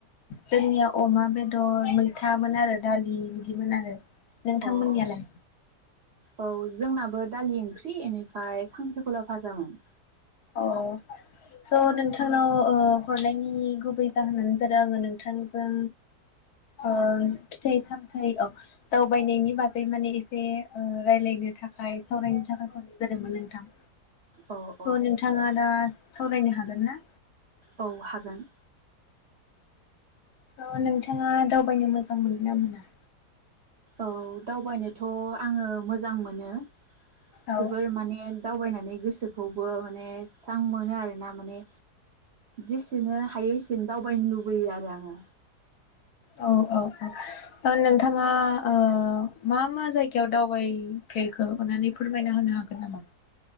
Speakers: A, on the left (about 70°); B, on the right (about 50°).
A: जोंनिया अमा बेदर मैथामोन आरो दालि बिदिमोन आरो। नोंथांमोननियालाय?
B: अ औ औ जोंनाबो दालि ओंख्रि इनिफ्राय खांख्रिखला भाजामोन।
A: अ स' नोंथांनाव ओ हरनायनि गुबै जाहोनानो जादों आङो नोंथांजों ओ फिथाइ सामथाइ ओ दावबायनायनि बागै माने एसे ओ रायलायनो थाखाय सावरायनो थाखाय हरनाय जादोंमोन नोंथां।
B: औ
A: थ'
B: औ
A: नोंथाङा दा सावरायनो हागोन ना?
B: औ हागोन।
A: स' नोंथाङा दावबायनो मोजां मोनो ना मोना?
B: औ दावबायनोथ' आङो मोजां मोनो।
A: औ
B: जोबोर माने दावबायनानै गोसोखौबो माने स्रां मोनो आरोना माने जेसेनो हायो एसेनो दावबायनो लुबैयो आरो आङो।
A: औ औ औ। अ नोंथाङा? ओ मा मा जायगायाव दावबायफेरखो अनानै फोरमायना होनो हागोन नामा?